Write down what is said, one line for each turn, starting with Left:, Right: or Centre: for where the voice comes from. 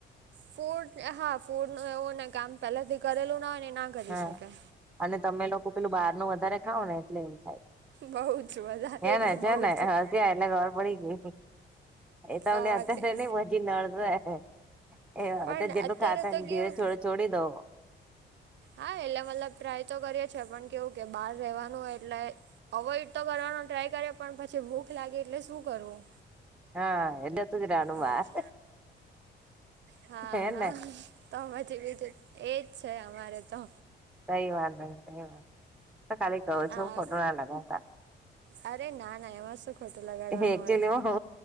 Right: ફૂડ, હા ફૂડ નું એવું, ને કામ પહેલેથી કરેલું ના હોય ને એ ના કરી
Centre: હા
Right: શકે.
Centre: અને તમે લોકો પહેલું બહાર નું વધારે ખાવ ને એટલે એવું થાય.
Right: બહુ જ વધારે
Centre: હે
Right: એટલે
Centre: ને? છે
Right: બહુ
Centre: ને?
Right: જ
Centre: હસી આઈ એટલે ખબર પડી ગઈ. એ તમને
Right: તો
Centre: અત્યારે
Right: પછી
Centre: નહીં, પછી નડશે. એ
Right: પણ
Centre: તે જેટલું
Right: અત્યારે
Centre: ખાતાન
Right: તો
Centre: ધીરે
Right: કેવું
Centre: છોડ છોડી દો.
Right: હા. એટલે મતલબ ટ્રાય તો કરીએે છીએ, પણ કેવું કે બાર રહેવાનું હોય એટલે અવોઈડ તો કરવાનું ટ્રાય કરીએ, પણ પછી ભૂખ લાગે એટલે શું કરવું?
Centre: હા. એટલે તું જ રાનુંમાં
Right: એ જ. હા,
Centre: હેને
Right: હા. તમારે જેવી રીતે એજ છે અમારે તો.
Centre: કંઈ વાંધો નથી એમ. હુ તો ખાલી કવ
Right: હા
Centre: છું, ખોટુ ના લગાડતા.
Right: અરે ના-ના. એમા શું ખોટું લગાડવાનું
Centre: એક્ચ્યુલી
Right: હોય
Centre: હુ